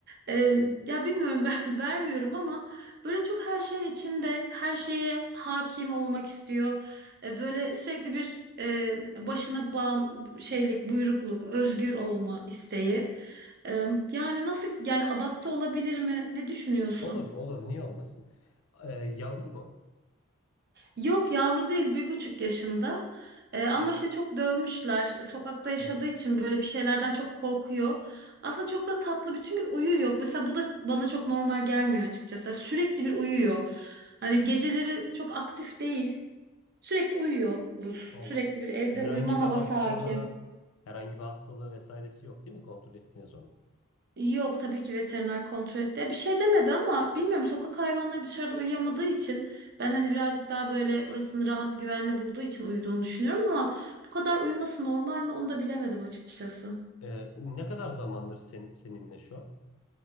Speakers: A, on the right; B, on the left.
A: e, ya bilmiyorum <laughs> ver, vermiyorum ama böyle çok her şeyin içinde her şeye hakim olmak istiyor. E, Böyle sürekli bir e, başına bağım şeylik, buyrukluk, özgür olma isteği. E, yani nasıl yani adapte olabilir mi? Ne düşünüyorsun?
B: Olur, olur. Niye olmasın? Ee, yavru mu?
A: Yok yavru değil bir buçuk yaşında. E, ama
B: Ha,
A: işte çok dövmüşler. Sokakta yaşadığı
B: Hmm.
A: için böyle bir şeylerden çok korkuyor. Aslında çok da tatlı bütün gün uyuyor. Mesela bu da bana çok normal gelmiyor açıkçası. Sürekli bir uyuyor. Hani geceleri çok aktif değil. Sürekli uyuyoruz.
B: Oğlum.
A: Sürekli bir evde
B: Herhangi
A: uyuma
B: bir
A: havası
B: hastalığı,
A: hakim.
B: herhangi bir hastalığı vesairesi yok değil mi? Kontrol ettiniz onu.
A: Yok tabii ki veteriner kontrol etti. Ya bir şey demedi ama bilmiyorum sokak hayvanları dışarıda uyuyamadığı için ben hani birazcık daha böyle burasını rahat güvenli bulduğu için uyuduğunu düşünüyorum ama bu kadar uyuması normal mi onu da bilemedim açıkçası.
B: Ee, ne kadar zamandır sen, seninle şu an?